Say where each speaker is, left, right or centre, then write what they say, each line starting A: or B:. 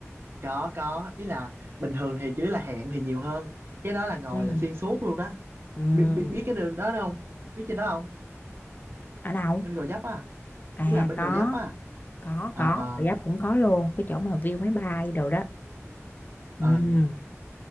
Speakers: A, on the right; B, on the left.
A: có có ý là bình thường thì chỉ là hẹn thì nhiều hơn cái đó là
B: ừ.
A: ngồi là xuyên suốt luôn đó
B: ừ.
A: biết biết biết cái đường đó không biết trên đó không
B: ở đâu
A: bên Gò Vấp á
B: à
A: ý là bên
B: có
A: Gò Vấp á
B: có
A: ờ
B: có
A: ờ
B: Bà Giáp cũng có luôn cái chỗ mà view máy bay đồ đó ừ.
A: ờ